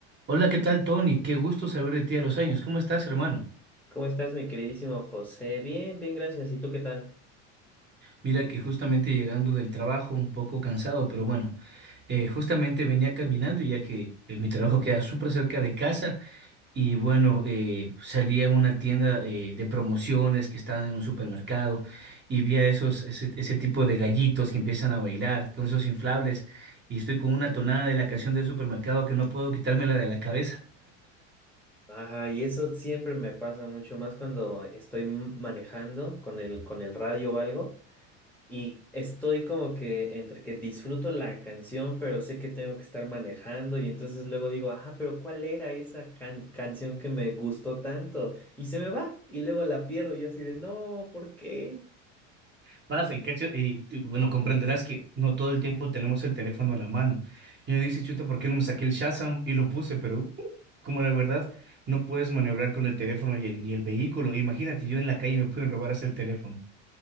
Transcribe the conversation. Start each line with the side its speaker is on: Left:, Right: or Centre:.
Right: Hola, ¿qué tal, Tony? Qué gusto saber de ti a los años. ¿Cómo estás, hermano?
Centre: ¿Cómo estás, mi queridísimo José? Bien, bien, gracias. ¿Y tú qué tal?
Right: Mira que justamente llegando del trabajo, un poco cansado, pero bueno, eh, justamente venía caminando ya que eh, mi trabajo queda súper cerca de casa y bueno, eh, salí a una tienda eh, de promociones que estaban en un supermercado y vi a esos, ese, ese tipo de gallitos que empiezan a bailar con esos inflables y estoy con una tonada de la canción del supermercado que no puedo quitármela de la cabeza.
Centre: Ay, eso siempre me pasa mucho más cuando estoy m- manejando con el, con el radio o algo y estoy como que entre que disfruto la canción, pero sé que tengo que estar manejando y entonces luego digo, ajá, pero ¿cuál era esa can- canción que me gustó tanto? Y se me va y luego la pierdo y yo así de, no, ¿por qué?
Right: Pasa y, cacho- y, y, bueno, comprenderás que no todo el tiempo tenemos el teléfono a la mano. Y me dice, chuta, ¿por qué no me saqué el Shazam? Y lo puse, pero uh, como la verdad, no puedes maniobrar con el teléfono y el, y el vehículo. Imagínate, yo en la calle me pueden robar hasta el teléfono.